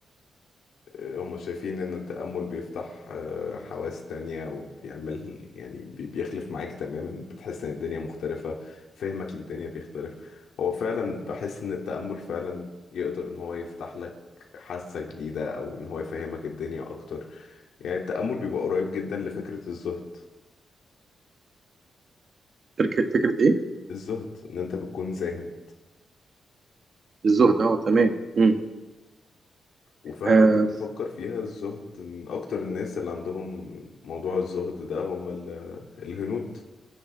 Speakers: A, on the left (about 70°); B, on the right (about 40°).
A: هم شايفين ان التأمل بيفتح آه، حواس تانية وبيعمل يعني بي- بيخلف معاك تماما بتحس ان الدنيا مختلفة فهمك للدنيا بيختلف هو فعلا بحس ان التأمل فعلا يقدر ان هو يفتح لك حاسة جديدة او ان هو يفهمك الدنيا اكتر يعني التأمل بيبقى قريب جدا لفكرة الزهد
B: فكرة فكرة إيه؟
A: الزهد ان انت بتكون زاهد
B: الزهد أه تمام مم.
A: وفعلا
B: آه
A: لو جيت تفكر فيها الزهد من اكتر الناس اللي عندهم موضوع الزهد ده هم ال- الهنود